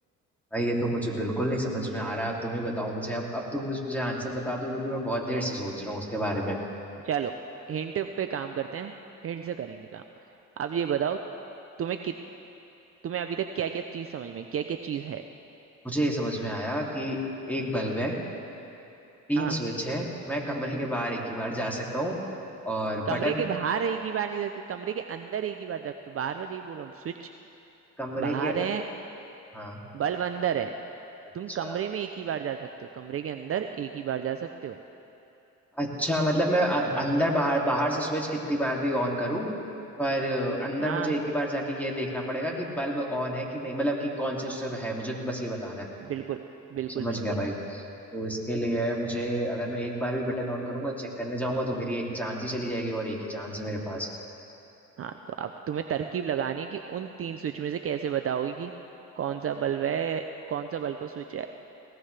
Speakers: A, in the centre; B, on the right.
A: भाई ये तो मुझे
B: हम्म,
A: बिल्कुल नहीं समझ में आ रहा है अब तुम ही बताओ मुझे अब अब तुम मुझे मुझे आंसर बता दो क्योंकि मैं बहुत देर से सोच रहा हूँ उसके बारे में
B: चलो हिंट पे काम करते हैं हिंट से करेंगे काम अब ये बताओ तुम्हें कित तुम्हें अभी तक क्या क्या चीज समझ में क्या क्या चीज है
A: मुझे ये समझ में आया कि एक बल्ब है तीन
B: हाँ
A: स्विच है मैं कमरे के बाहर एक ही बार जा सकता हूँ और बटन
B: कमरे के बाहर एक ही बार नहीं सकते कमरे के अंदर एक ही बार जग तो बार बार यही बोल रहा हूँ स्विच
A: कमरे
B: बाहर
A: के
B: है
A: हाँ
B: बल्ब अंदर है
A: अच्छा
B: तुम कमरे में एक ही बार जा सकते हो कमरे के अंदर एक ही बार जा सकते हो
A: अच्छा मतलब मैं अब अंदर बाहर बाहर से स्विच कितनी बार भी ऑन करूँ पर अ, अंदर
B: हाँ
A: मुझे एक ही बार जाके ये देखना पड़ेगा कि बल्ब ऑन है कि नहीं मतलब कि कौन से उससे है मुझे तो बस ये बताना है
B: बिल्कुल बिल्कुल
A: समझ
B: बिल्कुल
A: गया भाई तो इसके लिए मुझे अगर मैं एक बार भी बटन ऑन करूंगा चेक करने जाऊंगा तो मेरी एक चांस ही चली जाएगी और एक ही चांस है मेरे पास
B: हाँ तो अब तुम्हें तरकीब लगानी है कि उन तीन स्विच में से कैसे बताओगे कि कौन सा बल्ब है कौन सा बल्ब का स्विच है